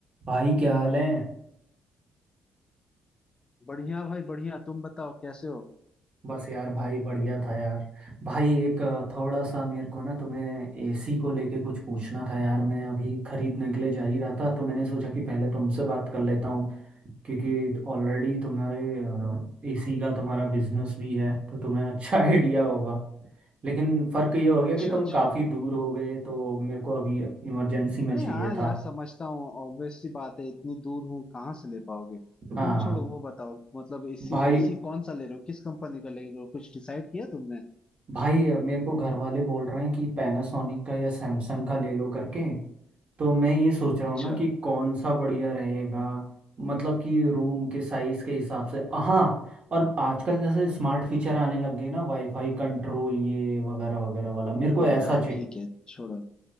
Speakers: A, on the right; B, on the left.
A: भाई क्या हाल है
B: बढ़िया भाई बढ़िया तुम बताओ कैसे हो
A: बस यार भाई बढ़िया था यार भाई एक अ, थोड़ा सा मेरे को ना तुम्हें एसी को लेके कुछ पूछना था यार मैं अभी खरीदने के लिए जा ही रहा था तो मैंने सोचा कि पहले तुमसे बात कर लेता हूँ क्योंकि ऑलरेडी तुम्हारे एसी का तुम्हारा बिजनेस भी है तो तुम्हें अच्छा <laughs> आइडिया होगा लेकिन फ़र्क ये हो गया
B: अच्छा
A: कि तुम
B: अच्छा
A: काफ़ी दूर हो गए तो मेरे को अभी इमरजेंसी में
B: अरे
A: चाहिए
B: हाँ यार
A: था
B: समझता हूँ ऑब्वियस सी बात है इतनी दूर हूँ कहाँ से ले पाओगे
A: हाँ
B: तुम छोड़ो वो बताओ मतलब एसी
A: भाई
B: एसी कौन सा ले रहे हो किस कंपनी का ले रहे हो कुछ डिसाइड किया तुमने
A: भाई अ, मेरे को घर वाले बोल रहे हैं कि पैनासोनिक का या सैमसंग का ले लो करके तो मैं ये सोच रहा
B: अच्छा
A: हूँ ना कि कौन सा बढ़िया रहेगा मतलब कि रूम के साइज के हिसाब से हाँ और आजकल जैसे स्मार्ट फीचर आने लग गए ना वाईफाई कंट्रोल ये वगैरह वगैरह वाला मेरे
B: अरे
A: को ऐसा
B: हाँ
A: चाहिए
B: ठीक है छोड़ो